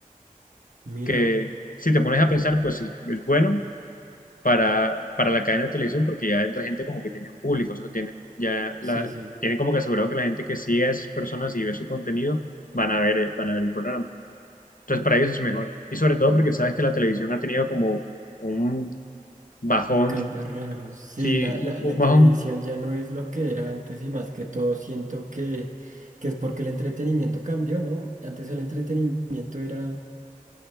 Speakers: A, on the right; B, on the left.
A: Mira,
B: que si te pones a pensar, pues es, es bueno para, para la cadena de televisión porque ya entra gente como que tiene un público, o sea, tiene, ya la,
A: sí, sí.
B: tienen como que asegurado que la gente que sigue a esas personas y ve su contenido van a ver, el- van a ver el programa. Entonces, para ellos es mejor. Y sobre todo porque sabes que la televisión ha tenido como un bajón,
A: Un cambio raro. Sí,
B: sí,
A: la,
B: un
A: la, la
B: un bajón,
A: televisión ya no es lo que era antes y más que todo siento que, que es porque el entretenimiento cambió, ¿no? Antes el entretenimiento era,